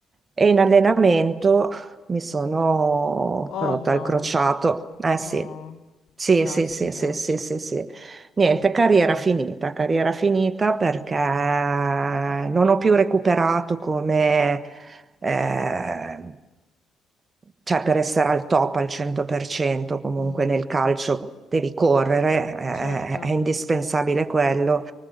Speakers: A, on the right; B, on the left.
A: e in allenamento mi sono
B: oh
A: rotta
B: no.
A: il crociato. Eh sì,
B: Oh,
A: sì,
B: caspita.
A: sì, sì, sì, sì, sì, sì. Niente, carriera finita, carriera finita perché non ho più recuperato come eh, cioè per essere al top al 100% comunque
B: Mm,
A: nel calcio devi correre,
B: certo.
A: eh, è indispensabile quello